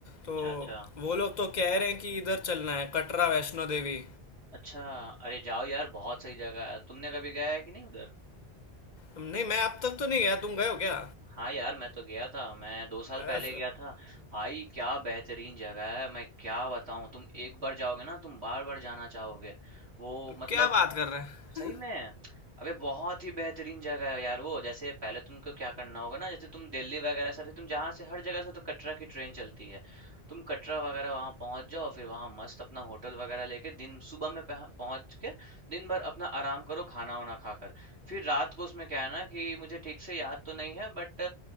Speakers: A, on the right (about 80°); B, on the left (about 45°).
A: अच्छा,
B: तो
A: अच्छा।
B: वो लोग तो कह रहे हैं कि इधर चलना है कटरा वैष्णो देवी
A: अच्छा अरे जाओ यार बहुत सही जगह है तुमने कभी गया है कि नहीं उधर
B: नहीं मैं अब तक तो नहीं गया तुम गए हो क्या
A: हाँ यार मैं तो गया था मैं दो साल
B: अ,
A: पहले गया था भाई क्या बेहतरीन जगह है मैं क्या बताऊँ तुम एक बार जाओगे ना तुम बार बार जाना चाहोगे वो मतलब
B: क्या बात कर रहे
A: सही
B: हैं
A: में? अबे बहुत ही बेहतरीन जगह है यार वो जैसे पहले तुमको क्या करना होगा ना जैसे तुम दिल्ली वगैरह से फिर तुम जहाँ से हर जगह से तो कटरा की ट्रेन चलती है तुम कटरा वगैरह वहाँ पहुँच जाओ फिर वहाँ मस्त अपना होटल वगैरह लेके दिन सुबह में पह- पहुँच के दिन भर अपना आराम करो खाना वाना खाकर फिर रात को उसमें क्या है ना कि मुझे ठीक से याद तो नहीं है बट